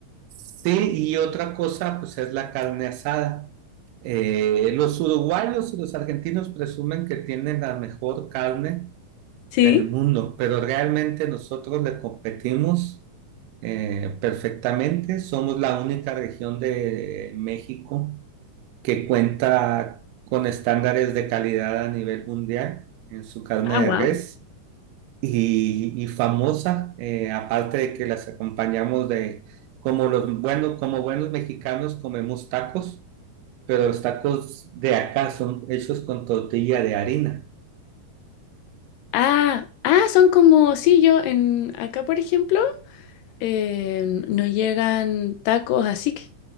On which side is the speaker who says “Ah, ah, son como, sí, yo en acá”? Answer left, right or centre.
Left